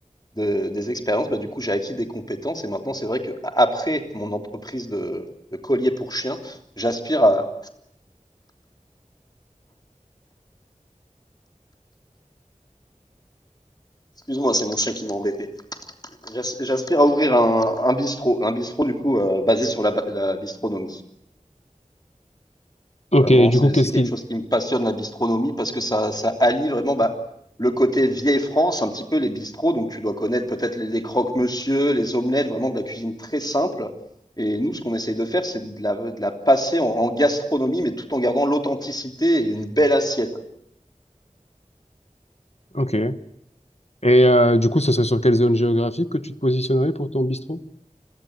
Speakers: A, on the left; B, on the left.
A: De des expériences, bah, du coup, j'ai acquis des compétences et maintenant, c'est vrai que a- après mon entreprise de de collier pour chien, j'aspire à excuse-moi, c'est mon chien qui m'a embêté. J'as- J'aspire à ouvrir un un bistrot, un bistrot, du coup, heu, basé sur la ba la bistronomie.
B: Ok,
A: Vraiment,
B: du
A: c'est
B: coup, qu'est-ce
A: c'est quelque
B: qui...
A: chose qui me passionne, la bistronomie, parce que ça, ça allie vraiment bah, le côté vieille France, un petit peu les bistrots. Donc, tu dois connaître peut-être les, les croque-monsieur, les omelettes, vraiment de la cuisine très simple. Et nous, ce qu'on essaye de faire, c'est de la, de la passer en, en gastronomie, mais tout en gardant l'authenticité et une belle assiette.
B: Ok. Et euh, du coup, ce serait sur quelle zone géographique que tu te positionnerais pour ton bistrot?